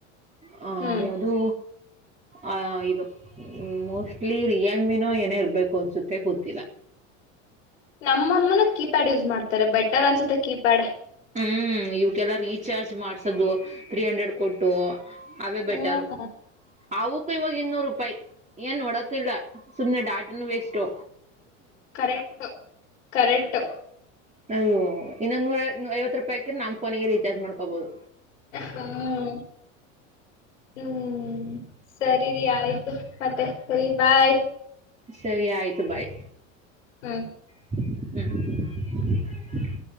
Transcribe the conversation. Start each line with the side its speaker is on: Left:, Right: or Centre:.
Right: ಹ
Left: ಹ್ಮ್
Right: ಯಾವುದು ಆ ಇದು ಮೋಸ್ಟ್ಲಿ ರಿಯಲ್ಮಿನೋ ಏನೇ ಇರ್ಬೇಕು ಅನ್ಸುತ್ತೆ ಗೊತ್ತಿಲ್ಲ.
Left: ನಮ್ಮಮ್ಮನ ಕೀಪ್ಯಾಡ್ ಯೂಸ್ ಮಾಡ್ತಾರೆ ಬೆಟರ್ ಅನ್ಸುತ್ತೆ ಕೀಪ್ಯಾಡ್.
Right: ಹ್ಮ್, ಇವಕ್ಕೆಲ್ಲ ರೀಚಾರ್ಜ್ ಮಾಡ್ಸೋದು ತ್ರ್ರೀ ಹಂಡ್ರೆಡ್ ಕೊಟ್ಟು ಅವೇ ಬೆಟರು
Left: ಹ್ಮ್
Right: ಆಕ್ಕೂ ಇವಾಗ ಇನ್ನೂರು ರೂಪಾಯಿ. ಏನ್ ನೋಡಕ್ ಇಲ್ವಾ ಸುಮ್ನೆ ಡಾಟನು ವೇಸ್ಟ್ು.
Left: ಕರೆಕ್ಟ್ು ಕರೆಕ್ಟ್
Right: ಅಯ್ಯೋ ಇನ್ನೊಂದ ನೂರ ಐವತ್ತು ರೂಪಾಯಿಕಿ ನಮ್ ಫನ ರೀಚಾರ್ಜ್ ಚಾರ್ಜ್ ಮಾಡ್ಕೋಬೋದು
Left: ಹ್ಮ್ ಹ್ಮ್ ಸರಿರಿ ಆಯ್ತು, ಮತ್ತೆ ಸರಿ ಬಾಯ್
Right: ಸರಿ ಆಯ್ತು ಬಾಯ್.
Left: ಹ್ಮ್
Right: ಹ್ಮ